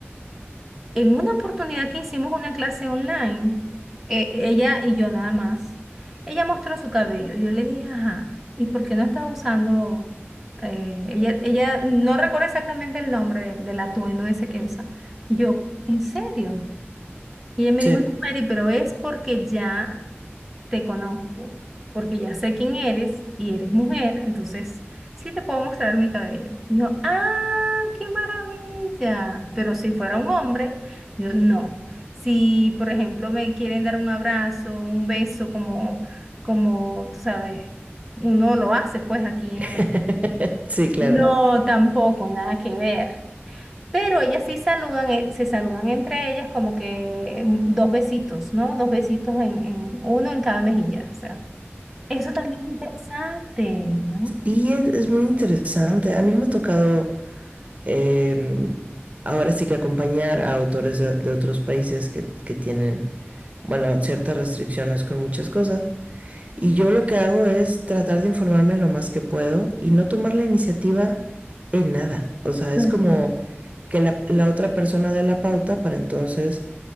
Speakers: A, in the centre; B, on the right (about 30°).
A: en una oportunidad que hicimos una clase online, eh, ella y yo nada más, ella mostró su cabello. Yo le dije, ajá, ¿y por qué no estás usando? eh, ella, ella no recuerda exactamente el nombre del del atuendo ese que usa. Y yo, ¿en serio? Y ella me
B: sí.
A: dijo, no, Mary, pero es porque ya te conozco, porque ya sé quién eres y eres mujer, entonces sí te puedo mostrar mi cabello. Y yo, ah, qué maravilla. Pero si fuera un hombre, yo no. Si, por ejemplo, me quieren dar un abrazo, un beso, como, como, tú sabes, uno lo hace pues aquí en
B: <laughs>
A: América.
B: Sí, claro.
A: No, tampoco, nada que ver. Pero ellas sí saludan, eh, se saludan entre ellas como que mm, dos besitos, ¿no? Dos besitos en, en- uno en cada mejilla, o sea. Eso también es interesante, ¿no?
B: Sí, es, es muy interesante. A mí me ha tocado em, ahora sí que acompañar a autores de, de otros países que, que tienen, bueno, ciertas restricciones con muchas cosas. Y yo lo que hago es tratar de informarme lo más que puedo y no tomar la iniciativa en nada. O sea,
A: Claro.
B: es como que la, la otra persona dé la pauta para entonces